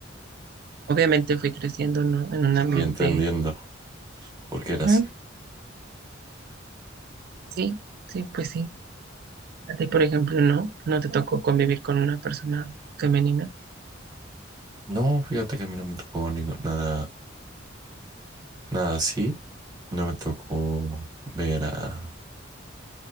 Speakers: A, on the right; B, on the right.
A: Obviamente fui creciendo, ¿no? En un ambiente,
B: Y entendiendo por qué
A: ajá,
B: era así.
A: sí, sí, pues sí. A ti, por ejemplo, no, no te tocó convivir con una persona femenina.
B: No, fíjate que a mí no me tocó ningún, nada, nada así. No me tocó ver a...